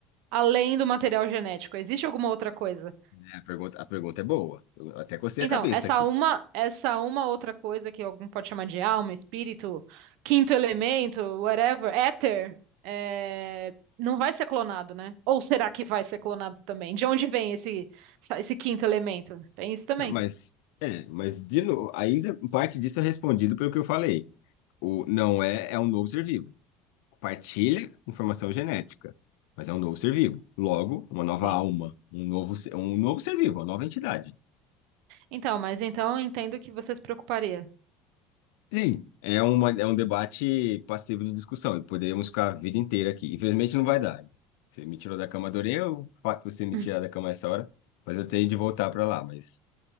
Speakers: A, on the right; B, on the left.
A: Além do material genético, existe alguma outra coisa?
B: É, A pergunta, a pergunta é boa. Eu até cocei
A: Então,
B: a cabeça
A: essa
B: aqui.
A: uma, essa uma outra coisa que algum pode chamar de alma, espírito, quinto elemento, whatever, éter, é, não vai ser clonado, né? Ou será que vai ser clonado também? De onde vem esse, essa- esse quinto elemento? Tem isso também.
B: Mas, é, mas de novo, ainda parte disso é respondido pelo que eu falei. O não é, é um novo ser vivo. Partilha informação genética, mas é um novo ser vivo. Logo, uma nova
A: Sim.
B: alma, um novo, ser- um novo ser vivo, uma nova entidade.
A: Então, mas então eu entendo que você se preocuparia.
B: Sim, é, uma, é um debate passivo de discussão e poderíamos ficar a vida inteira aqui. Infelizmente não vai dar. Você me tirou da cama, adorei o fato de você me
A: <laughs>
B: tirar da cama essa hora, mas eu tenho de voltar para lá. Mas